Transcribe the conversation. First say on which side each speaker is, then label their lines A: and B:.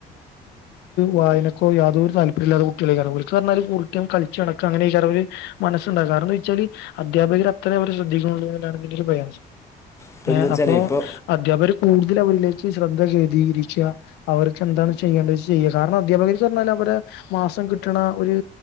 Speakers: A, on the left; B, on the left.
A: വായനക്കൊ യാതൊരു താൽപ്പര്യം ഇല്ലാത്ത കുട്ടികളയായിരിക്കും ഓൽ ക്കു കളിച്ചു നടക്കുകഅങ്ങനെ മസ് ഉണ്ട കാരണം എന്താ വെച്ചാല് അധ്യാപകർ അത്ര അവരെ ശ്രദ്ധിക്കുന്നു എന്നാണ് എനിക്കുള്ള പ്രയാസം
B: ഇപ്പം
A: ഏ
B: എന്താ വെച്ചാലേ
A: അപ്പോൊ
B: ഇപ്പോൾ
A: അധ്യാപകർ കൂടുതൽ അവരിലേക്കു ശ്രദ്ധ കേദീകരിരിക്കുക അവർക്ക് എന്താണ് ചെയ്യേണ്ടത് ചെയ്യുക കാരണം അധ്യാപകർ പറഞ്ഞാൽ അവരെ മാസം കിട്ടണ ഒരു